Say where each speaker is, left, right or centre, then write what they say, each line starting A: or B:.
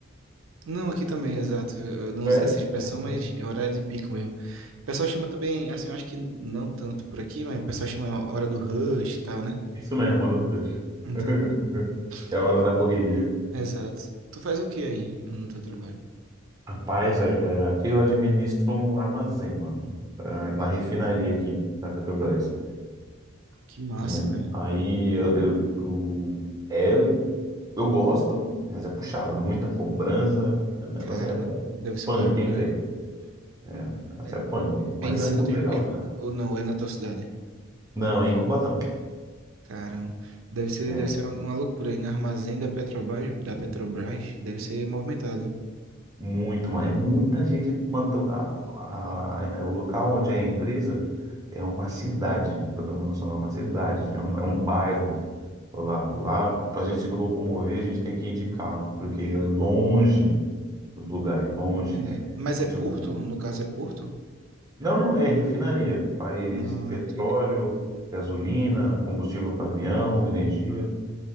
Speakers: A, on the right; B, on the right.
A: Não, aqui também, exato. Eu eu não
B: É?
A: usei essa expressão,
B: É, então,
A: mas é horário de pico mesmo. O pessoal chama também, assim, eu acho que não tanto por aqui, mas o pessoal chama hora do rush e tal, né?
B: Isso mesmo, hora do rush.
A: Entendi.
B: <laughs> É a hora
A: Tu fa-
B: da correria.
A: Exato. Tu faz o que aí no teu trabalho?
B: Rapaz, é- é, aqui eu administro um armazém, mano, é, uma refinaria aqui da Petrobras,
A: Que massa,
B: né?
A: velho.
B: Aí eu, eu, eu- é, eu gosto, mas é puxado, muita cobrança, o negócio
A: Caramba,
B: é
A: deve ser
B: punk,
A: uma loucura,
B: hein, velho?
A: hein?
B: É, o negócio
A: É,
B: é punk, mas
A: é em Santos
B: é muito legal,
A: mesmo?
B: cara.
A: Ou não? É na tua cidade?
B: Não, é em Cubatão.
A: Caramba, deve ser,
B: É
A: deve ser uma uma loucura aí no armazém da Petrobras, da Petrobras, deve ser movimentado, hein?
B: muito, mano, é muita gente, mano, tô- a- a- a- é o local onde é a empresa é uma cidade, pra tomar noção, é uma cidade, é um, é um bairro. Lá, lá para a gente se locomover, a gente tem que ir de carro, porque é longe os lugares, é longe,
A: Entendi.
B: velho.
A: Mas
B: Então,
A: é Porto?
B: tipo,
A: No caso é Porto?
B: não, não, é refinaria. Faz
A: Ah,
B: petróleo,
A: entendi.
B: gasolina, combustível para avião, energia,